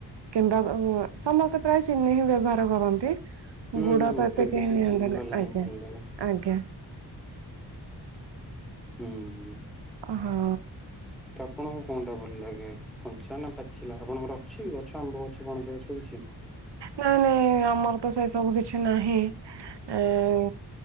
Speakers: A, on the right; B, in the centre.
A: କିମ୍ବା ବ ଭ ସମସ୍ତେ ପ୍ରାୟ ଚିନି ହିଁ ବ୍ୟବହାର କରନ୍ତି।
B: ଉଁ
A: ଗୁଡ
B: ହୁଁ ମତେ
A: ଏତେ
B: ବି
A: କେହି
B: ତ ସେଇ
A: ନିଅନ୍ତିନି
B: ଚିନିବାଲା
A: ଆଜ୍ଞା
B: ହିଁ ଭଲ୍ ଲାଗେ।
A: ଆଜ୍ଞା।
B: ଉଁ ହୁଁ।
A: ଓ ହଁ।
B: ତ ଆପଣଙ୍କୁ କଁଟା ଭଲ୍ ଲାଗେ? କଞ୍ଚା ନା ପାଚିଲା ଆପଣଙ୍କର ଅଛି ଗଛ ଆମ୍ବ ଗଛ ପଣସ ଗଛ କିଛି?
A: ନାଇଁ ନାଇଁ ଆମର ତ ସେଇ ସବୁ କିଛି ନାହିଁ ଏଁ